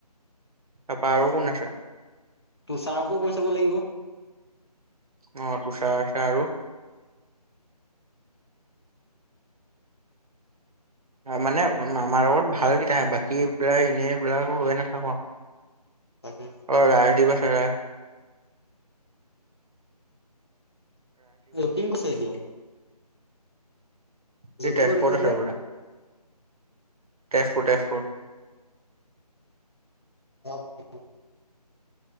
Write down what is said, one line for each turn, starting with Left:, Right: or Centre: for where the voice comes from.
Right: তাপা আৰু কোন আছে?
Left: তোছাৰকো কৈ চাব লাগিব।
Right: অহ তুচাৰ আছে আৰু মানে আমাৰ লগত ভালকেইটা বাকীবিলাক এনেবিলাকক লৈ নাথাকো ।
Left: তাকে
Right: অহ ৰাই দিবছে ৰাই । <inaudible>
Left: অহ কিং কছাইজিয়া ।
Right: সি
Left: যতীন
Right: তেজপুৰত
Left: ক'ত এতিয়া
Right: আছে বোলে তেজপুৰ তেজপুৰ ।
Left: অহ অহ ।